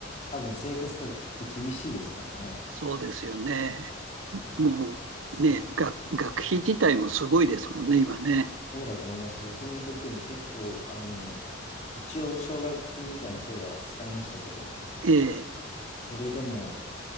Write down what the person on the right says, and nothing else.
そうですよね。
もうね、
学、学費自体もすごいですもんね、今ね。
ええ